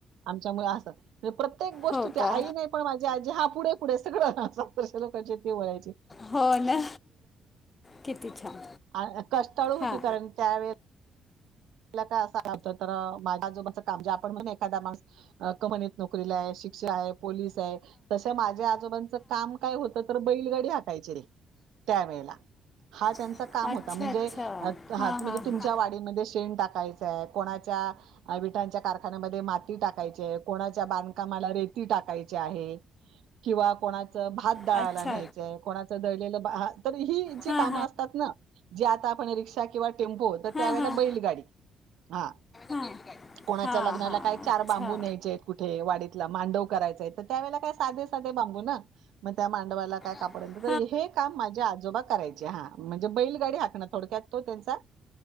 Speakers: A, on the right; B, on the left.
A: आमच्या मुळे असं म्हणजे प्रत्येक गोष्टी
B: हो
A: ती आई
B: का
A: नाही पण माझी आजी हा पुढे पुढे सगळं <unintelligible> लोकची ती बोलायची
B: हो ना किती छान.
A: अ कष्टाळू होती
B: हां
A: कारण त्यावेळे ला काय असं म्हणतो तर, माझं आजोबाचं काम जे आपण म्हणून एखादा माणुस अ कमानीत नोकरीला आहे शिक्षक आहे पोलीस चय तसं माझ्या आजोबांच कामं काय होत तर बैलगाडी हातायची. त्या वेळेला हा त्यांचा
B: ती
A: काम
B: अच्छा
A: होता म्हणजे
B: अच्छा
A: म्हणजे
B: हां
A: तुमच्या
B: हां
A: वाडीमध्ये चेन टाकायचाय कोणाच्या विठांच्या कारखान्यामध्ये माती टाकायचीय. कोणाच्या बांधकामाला रेती टाकायची आहे किंवा कोणा च भात दाळायला
B: अच्छा
A: न्यायंचाय कोणाचं दळलेलं भात तर ही जी
B: हां
A: कामं असतात ना. जे आता आपण रिक्षा किंवा टेम्पो तर त्यावेेळेला
B: हां हां
A: बैलगाडी हा.
B: हां गाडी
A: कोणाच्या
B: हां
A: लग्नाला
B: हां
A: काय चार
B: अच्छा
A: बांबू न्यायचे आहेत. कुठे वाडीतला मांडव करायचाय तर त्यावेळेला काही साधे साधे बांबू ना. मग त्या मांडवाला काय कापडेल
B: साधे
A: तर हे काम माझे आजोबा करायचे हां म्हणजे बैलगाडी हाकणं थोडक्यात तो त्यांचा